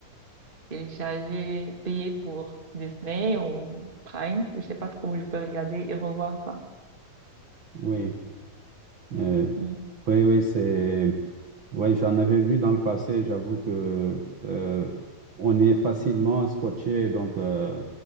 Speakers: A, on the right; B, on the right.
A: télécharger, payer pour Disney ou Prime. Je sais pas trop où je peux regarder et revoir ça.
B: oui. Euh,
A: Mm.
B: Oui, oui, c'est. ouais j'en avais vu dans le passé. J'avoue que euh, on est facilement scotché donc euh,